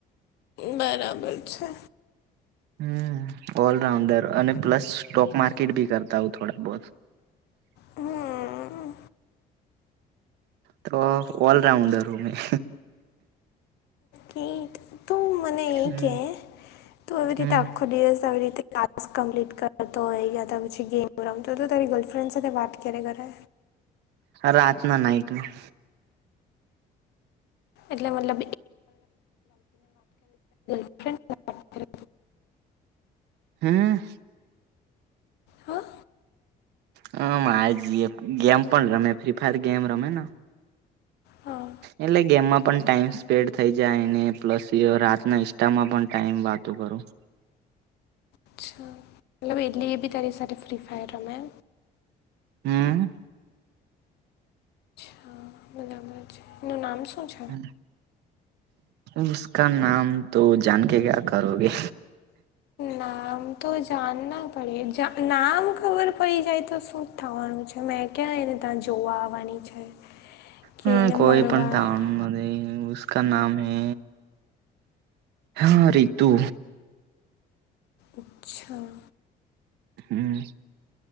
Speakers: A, on the left; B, on the right.
A: બરાબર છે.
B: હમ ઓલરાઉન્ડર અને પ્લસ સ્ટોક માર્કેટ ભી કરતા હું થોડા બહોત.
A: હમ
B: તો ઓલરાઉન્ડર હું મેં.
A: હમ તું મને
B: હમ્મ
A: ઈ કે તુ આવી રીતે
B: હમ્મ
A: આખો દિવસ આવી રીતે ટાસ્ક કમ્પ્લીટ કરતો હોય કે યાતો પછી ગેમ રમતો હોય તો તારી ગર્લફ્રેન્ડ સાથે વાત ક્યારે કરે?
B: રાતના નાઈટમાં.
A: એટલે મતલબ <inaudible> વાત કરે
B: હમ
A: હહ?
B: હહ મારી જીએફ ગેમ પણ રમે ફ્રી ફાયર ગેમ રમે ન.
A: હા
B: એટલે ગેમમાં પણ ટાઈમ સ્પેન્ડ થઈ જાયને. પ્લસ એ રાતના ઈસ્ટ્ટામાં પણ ટાઈમ વાતો કરું.
A: અચ્છા મતલબ એકલી બી તારી સાથે ફ્રી ફાયર રમે એમ?
B: હમ
A: હા બરાબર છે. એનું નામ શું છે?
B: હમ મુસ્કાન નામ તો જાન કે કયા કરોગે?
A: નામ તો જાનના પડે જા નામ ખબર પડી જાય તો શું થવાનું છે મેં ક્યાં એને ત્યાં જોવા આવાની છે. કે
B: હહ
A: એને
B: કોઈ
A: મળવા
B: પણ
A: અચ્છા
B: <inaudible> ઉસકા નામ હે હા રીતુ.
A: અચ્છા.
B: હમ